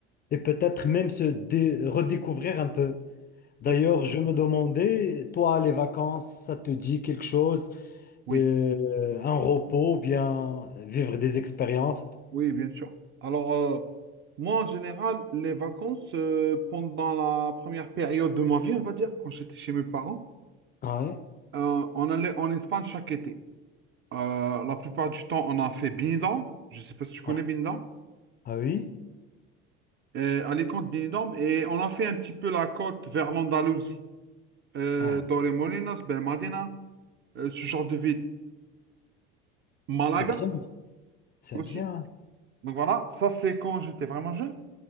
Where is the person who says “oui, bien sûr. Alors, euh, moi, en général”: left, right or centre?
Right